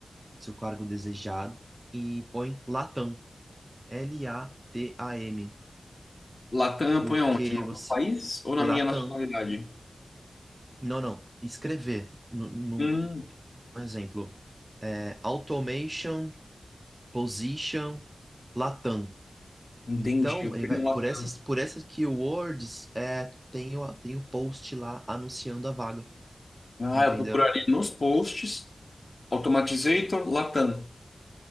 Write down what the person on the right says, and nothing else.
seu cargo desejado, e põe Latam. L-A-T-A-M,
porque
você.
Latam.
Não, não. Escrever, no, no
um exemplo. É, automation, position, Latam.
Então,
ele vai,
por essas, por essas keywords, é, tem o, tem o post lá anunciando a vaga,
entendeu?